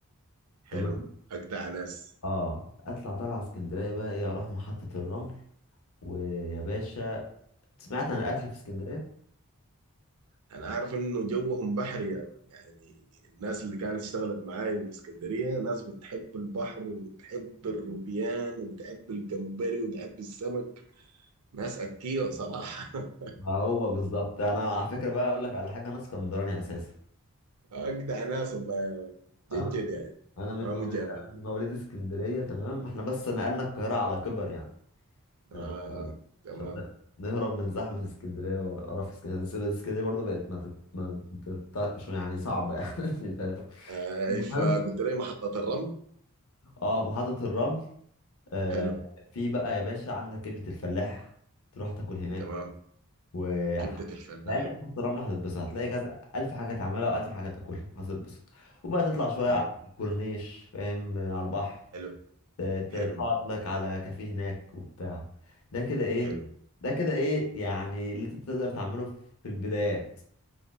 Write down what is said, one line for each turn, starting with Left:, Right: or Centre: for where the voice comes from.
Right: حلو
Left: تمام
Right: اجدع ناس
Left: آه أطلع طلعة اسكندرية بقى إيه أروح محطة الرمل ويا باشا سمعت عن الأكل في اسكندرية؟
Right: انا عارف انه جوهم بحري يا مان. يعني الناس اللي كانت اشتغلت معايا من اسكندريه ناس بتحب البحر وبتحب الروبيان وبتحب الجمبري وبتحب السمك ناس اكيه صراحه
Left: ما هو بالظبط أنا على فكرة بقى أقول لك على حاجة أنا اسكندراني أساسا
Right: <laughs> اجدع ناس والله جد
Left: أنا
Right: جد يعني
Left: أنا من
Right: ما
Left: موليد
Right: مجامله
Left: أنا من موليد اسكندرية تمام إحنا بس نقلنا القاهرة على كبر يعني آه،
Right: آه آه. تمام
Left: عشان نهرب من زحمة اسكندرية وقرف اسكندرية بس اسكندرية برضه بقت ما تت... ما تتطقش يعني صعبة يعني <laughs> فاهم
Right: آه
Left: المهم
Right: فقلت لي محطة الرمل
Left: اه محطة الرمل آه
Right: حلو
Left: في بقى يا باشا عندك كبدة الفلاح تروح تاكل هناك
Right: تمام
Left: و
Right: كبدة الفلاح
Left: لا انت في محطة الرمل هتتبسط هتلاقي كذا ألف حاجة تعملها وألف حاجة تاكلها هتتبسط وبقى تطلع شوية
Right: تمام
Left: على الكورنيش فاهم على البحر
Right: حلو
Left: ت- ت-
Right: حلو
Left: تقعد لك على كافيه هناك وبتاع ده كده ايه
Right: حلو
Left: ده كده ايه يعني اللي انت تقدر تعمله في البدايات